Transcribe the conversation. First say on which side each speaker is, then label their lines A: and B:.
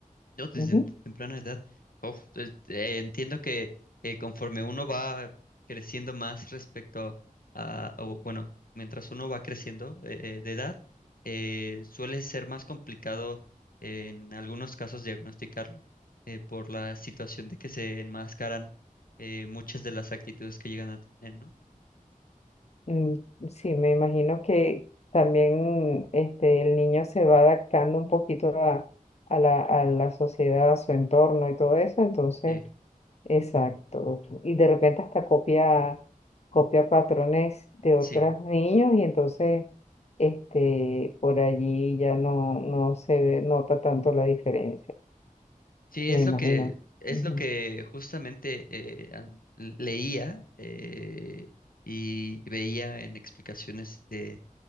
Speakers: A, on the left (about 80°); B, on the left (about 50°).
A: Yo desde
B: Ujú.
A: en- temprana edad, oh, eh, eh, entiendo que eh, conforme uno va creciendo más respecto a, o, bueno, mientras uno va creciendo eh, eh, de edad, eh, suele ser más complicado eh, en algunos casos diagnosticarlo eh, por la situación de que se enmascaran eh, muchas de las actitudes que llegan a tener, ¿no?
B: Mm, Sí, me imagino que también este, el niño se va adaptando un poquito a, a la, a la sociedad, a su entorno y todo eso. Entonces,
A: Eh,
B: Exacto. Y de repente hasta copia, copia patrones de otros
A: Sí,
B: niños y entonces este, por allí ya no, no se ve- nota tanto la diferencia,
A: Sí,
B: me
A: es
B: imagino.
A: lo que, es
B: Ujú,
A: lo que justamente eh, a- leía eh, y veía en explicaciones de,